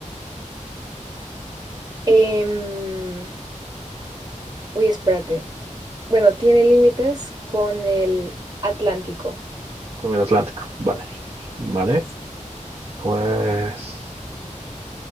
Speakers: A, on the right (about 30°); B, on the right (about 50°).
A: Em, uy, espérate. Bueno, tiene límites con el Atlántico.
B: con el Atlántico. Vale. Vale. Pues